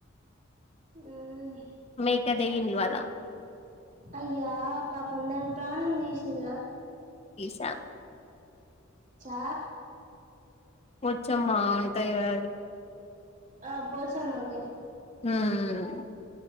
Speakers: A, on the right; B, on the left.
A: యి
B: మీ అక్క దిగింది ఇవాళ
A: అయ్యో పాపం దాని ప్రాణం తీసిండ్రా
B: తీసా
A: చా
B: వచ్చమ్మా ఉంటాయి. కదా అవి
A: ఆ పోచమ్మ కే
B: ఉమ్